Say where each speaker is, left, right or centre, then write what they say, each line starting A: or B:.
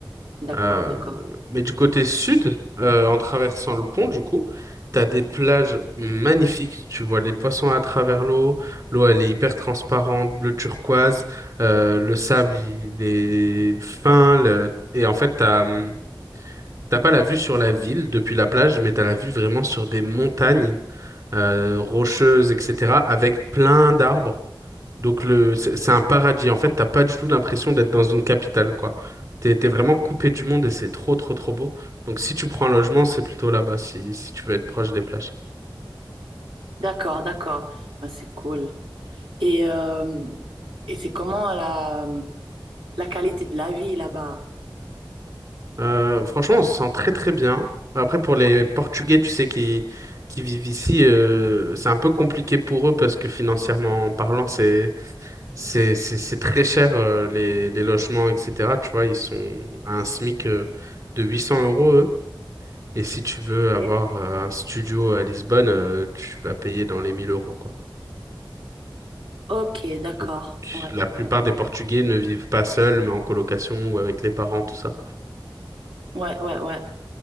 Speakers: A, on the right (about 75°); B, on the right (about 40°).
A: d'accord,
B: Euh,
A: d'accord.
B: mais du côté sud, euh, en traversant le pont, du coup, t'as des plages magnifiques. Tu vois les poissons à travers l'eau. L'eau, elle est hyper transparente, bleu turquoise. Euh, le sable, il est fin. le- Et en fait, t'as, hum, t'as pas la vue sur la ville depuis la plage, mais t'as la vue vraiment sur des montagnes euh, rocheuses, etc., avec plein d'arbres. Donc le, c'est c'est un paradis. En fait, t'as pas du tout l'impression d'être dans une capitale, quoi. T'es, t'es vraiment coupé du monde et c'est trop, trop, trop beau. Donc si tu prends un logement, c'est plutôt là-bas, si, si tu veux être proche des plages.
A: D'accord, d'accord. Ah, c'est cool. Et, euh, et c'est comment la, la qualité de la vie là-bas?
B: Euh, franchement, on se sent très, très bien. Après, pour les Portugais, tu sais, qui, qui vivent ici, euh, c'est un peu compliqué pour eux parce que financièrement parlant, c'est, c'est, c'est, c'est très cher, euh, les, les logements, etc. Tu vois, ils sont à un SMIC, euh, de 800 euros, eux. Et si tu veux
A: Ok.
B: avoir euh, un studio à Lisbonne, euh, tu vas payer dans les 1000 euros, quoi.
A: Ok, d'accord.
B: Donc,
A: Ouais,
B: la plupart
A: ouais,
B: des Portugais ne vivent pas seuls, mais en colocation ou avec les parents, tout ça.
A: ouais, ouais. ouais.